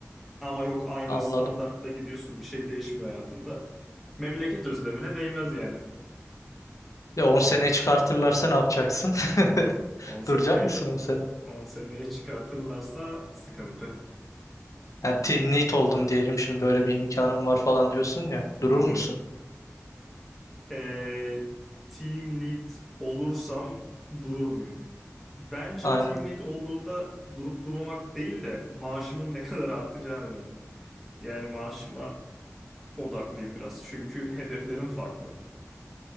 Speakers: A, in the centre; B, on the left.
A: Ama yok aynı
B: anladım.
A: standartta gidiyorsun bir şey değişmiyor hayatında. Memleket özlemine değmez yani.
B: Ya on sene çıkartırlarsa ne yapacaksın? <laughs>
A: 10 seneye
B: Duracak mısın 10 sene?
A: 10 seneye çıkartırlarsa sıkıntı.
B: Yani team lead oldum diyelim şimdi öyle bir imkanım var falan diyorsun ya. Durur
A: Hı hı.
B: musun?
A: Ee, team lead olursam durur muyum? Bence
B: Aynen.
A: team lead olduğumda durup durmamak değil de maaşımın ne <laughs> kadar artacağı önemli. Yani maaşıma odaklıyım biraz. Çünkü hedeflerim farklı.